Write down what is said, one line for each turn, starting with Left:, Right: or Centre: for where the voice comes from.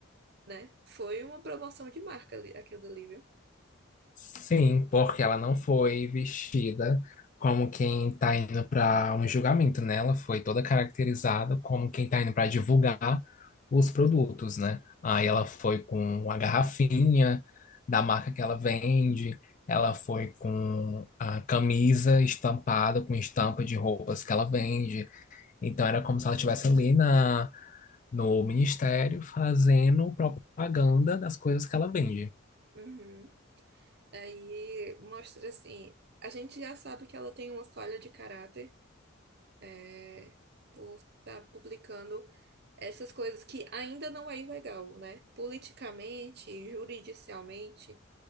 Right: né? Foi uma promoção de marca ali- aquilo dali, viu?
Left: sim, porque ela não foi vestida como quem tá indo para um julgamento, né? Ela foi toda caracterizada como quem tá indo para divulgar os produtos, né? Aí ela foi com a garrafinha da marca que ela vende. Ela foi com a camisa estampada, com estampa de roupas que ela vende. Então era como se ela estivesse ali na, no ministério fazendo propaganda das coisas que ela vende.
Right: Uhum. Aí mostra assim, a gente já sabe que ela tem uma falha de caráter, é, por estar publicando essas coisas que ainda não é ilegal, né? Politicamente, juridicialmente,